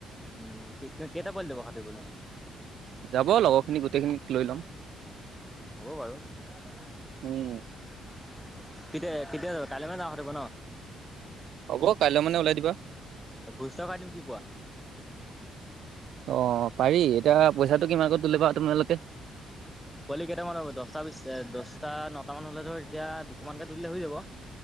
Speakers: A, in the centre; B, on the right (about 75°).
A: উম ক কেইটা ব দিব খাতে ব <unintelligible>
B: যাব লগৰখিনি গোটেইখিনিক লৈ ল'ম
A: হ'ব বাৰু কেতিয়া
B: উম
A: কেতিয়া যাব কালি মানে যাওঁ খাটিব
B: হ'ব কাইলৈ মানে ওলাই দিবা
A: ভোজ থকাই দিম কি কোৱা
B: অ পাৰি এতিয়া পইচাটো কিমান আগত তুলিবা তোমালোকে
A: পোৱালি কেইটামান হ'ব দহটা বিশ দহটা নটা মান হলে ধৰ এতিয়া দুশ মানকে তুলিলে হৈ যাব।